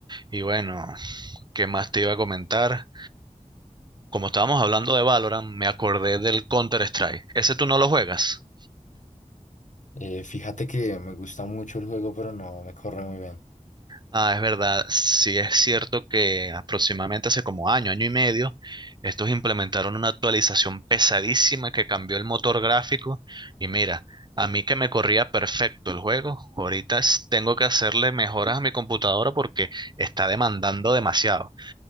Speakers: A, on the right; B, on the left.
A: Y bueno, ¿qué más te iba a comentar? Como estábamos hablando de Valorant, me acordé del Counter-Strike. ¿Ese tú no lo juegas?
B: Eh, fíjate que me gusta mucho el juego, pero no me corre muy bien.
A: Ah, es verdad, sí es cierto que aproximadamente hace como año, año y medio, estos implementaron una actualización pesadísima que cambió el motor gráfico y mira, a mí que me corría perfecto el juego, ahorita s- tengo que hacerle mejoras a mi computadora porque está demandando demasiado.